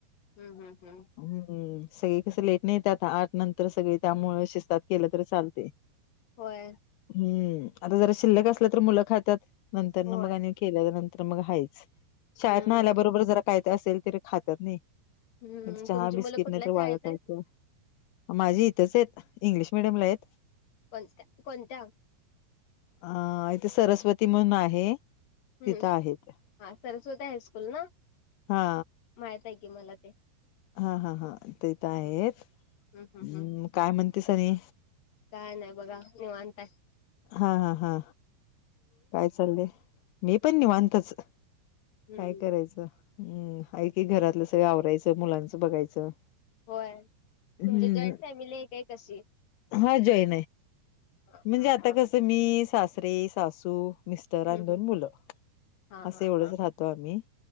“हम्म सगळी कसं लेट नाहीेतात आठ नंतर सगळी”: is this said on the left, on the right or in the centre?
Left